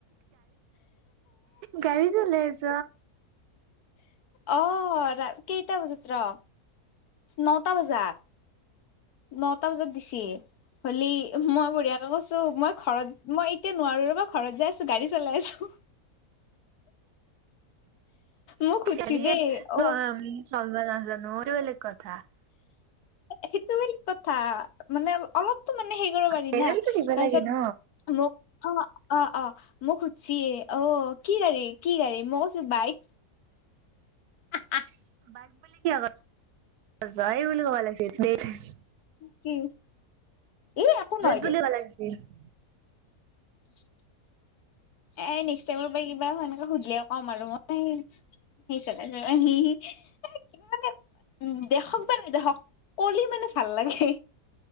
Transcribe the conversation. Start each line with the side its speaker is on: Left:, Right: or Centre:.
Right: গাড়ী চলাই আছ?
Left: অ ৰা কেইটা বজাত ৰ, নটা বজাত। নটা বজাত দিছি। হলি মই বঢ়িয়াকে কৈছোঁ মই ঘৰত মই এতিয়া নোৱাৰো ৰবা। ঘৰত যাই আছো, গাড়ী চলাই আছো।
Right: <unintelligible>
Left: মোক সুধছি দেই অ সেইটো বেলেগ কথা, মানে অলপ ত মানে হেই কৰিব পাৰি
Right: লেবেলটো
Left: না।
Right: দিব
Left: তাৰপিছত
Right: লাগে ন
Left: মোক অ অ অ মোক সোধছি। অ কি গাড়ী কি গাড়ী, মই কৈছো বাইক। আহ
Right: <unintelligible>
Left: কি ই একো
Right: <unintelligible>
Left: নহয় দে <inaudible> এই নেক্সট টাইমৰ পৰা কিবা সেনেকে সুধিলে ক'ম আৰু মই <unintelligible> উম দেখক বা নেদেখক কলি মানে ভাল লাগে।